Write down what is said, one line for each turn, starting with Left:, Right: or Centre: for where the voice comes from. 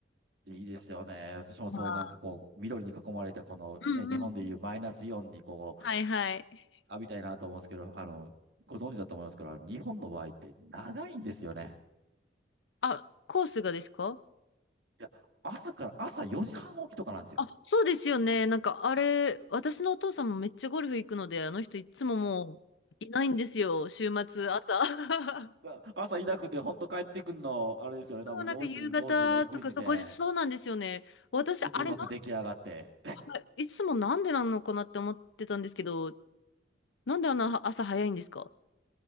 Right: いいですよね。私もそうなんかこう、
Left: は
Right: 緑に囲まれたこのね、
Left: い。うんうんうん。
Right: 日本でいうマイナスイオンにこう、
Left: はいはい。
Right: 浴びたいなと思うんですけど、あの、ご存知だと思いますけど、日本の場合って長いんですよね。
Left: あ、コースがですか
Right: いや、朝から、朝4時半起きとかなんですよ。
Left: あ、そうですよね。なんかあれ、私のお父さんもめっちゃゴルフ行くので、あの人いつももういないんですよ。週末、朝。<laughs>
Right: だから朝いなくて、本当帰ってくんの、あれですよね。多分4時、
Left: そう、なんか夕方とか、
Right: 5時、6時で、
Left: そう、後日そうなんですよね。私、
Right: ちょっとうまく出来上がって。
Left: あれなあいつもなんでなのかなって思ってたんですけど、なんであんな朝早いんですか